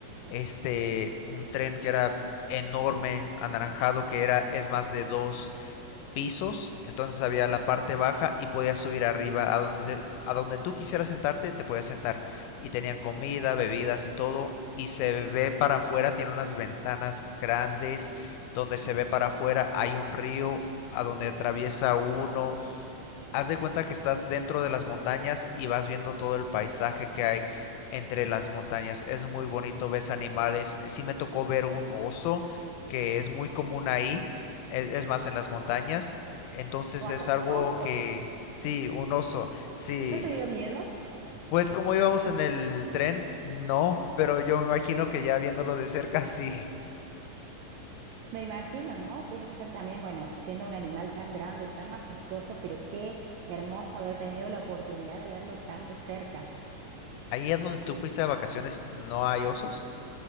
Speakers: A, on the left; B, on the right.
A: este, un tren que era enorme, anaranjado, que era, es más de dos pisos, entonces había la parte baja y podías subir arriba a donde, te- a donde tú quisieras sentarte, te podías sentar. Y tenían comida, bebidas y todo. Y se ve para afuera, tiene unas ventanas grandes donde se ve para afuera, hay un río a donde atraviesa uno. Haz de cuenta que estás dentro de las montañas y vas viendo todo el paisaje que hay entre las montañas. Es muy bonito, ves animales. Sí me tocó ver un oso, que es muy común ahí, e- es, más en las montañas. Entonces
B: ¡Wow!
A: es algo
B: ¡Un oso!
A: que, sí, un oso, sí.
B: ¿No te dio miedo?
A: Pues como íbamos en el tren, no, pero yo me imagino que ya viéndolo de cerca, sí.
B: Me imagino, ¿no? Debe ser también, bueno, siendo un animal tan grande, tan majestuoso, pero qué hermoso haber tenido la oportunidad de verlo tan de cerca.
A: <laughs> Ahí es donde tú fuiste de vacaciones, ¿no hay osos?